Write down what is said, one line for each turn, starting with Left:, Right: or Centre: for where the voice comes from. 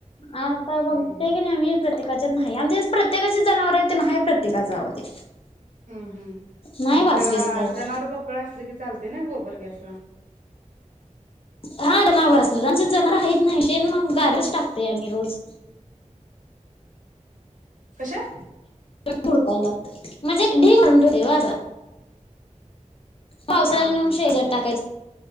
Left: अता बगते
Right: हम्म हम्म
Left: कि नाही मी प्रत्ये नाही आमच्यात प्रत्येकाचे जनावर आहे ते नाही प्रत्येकाचे आव ते....
Right: हम्म हम्म
Left: नाही वास
Right: त्याला
Left: बीस काय
Right: जनावर बक्कळ असले की चालत.... ते नाही गोबर गॅसला
Left: हाड नावर असल आमचं जनावर हा काहीत नाही शेन मग गारीच टाकतोय आम्ही रोज.
Right: कशात?
Left: बुडकायला लागत म्हणजे ढी करून ठेवते.. पावसाळ्या
Right: हा हा
Left: न शेजत
Right: हा हा
Left: टाकायच